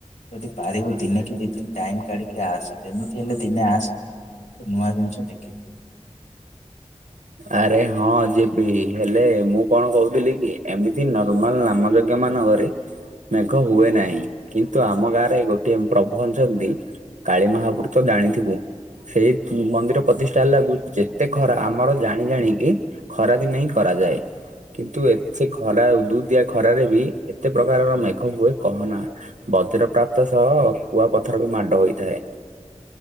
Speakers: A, on the left; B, on the right.
A: ଯଦି ପାରିବୁ ଦିନେ କି ଦି ଦିନ ଟାଇମ୍ କାଢିକି ଆସେ ଯେମିତି ହେଲେ ଦିନେ ଆସେ। ନୂଆ ଜିନିଷ ଦେଖିବୁ।
B: ଆରେ ହଁ ଯିବି ହେଲେ ମୁଁ କଣ କହୁଥିଲି କି? ଏମିତି ନର୍ମାଲ ନାମ ଯଜ୍ଞ ମାନଙ୍କରେ ମେଘ ହୁଏ ନାହିଁ କିନ୍ତୁ ଆମ ଗାଁରେ ଗୋଟିଏ ପ୍ରଭୁ ଅଛନ୍ତି କାଳି ମହାପୁରୁତ ଜାଣିଥିବୁ ସେଇ ମନ୍ଦିର ପ୍ରତିଷ୍ଠା ଲାଗୁ ଯେତେ ଖରା ଆମର ଜାଣି ଜାଣିକି ଖରାଦିନେ ହିଁ କରାଯାଏ। କିନ୍ତୁ ଏତ ଖରା ଉଦୁ ଉଦିଆ ଖରାରେ ବି ଏତେ ପ୍ରକାରର ମେ କଣ ହୁଏ କହନା ବଜ୍ର ପ୍ରାପ୍ତ ସହ କୁଆ ପଥର ବି ମାଡ ହୋଇଥାଏ।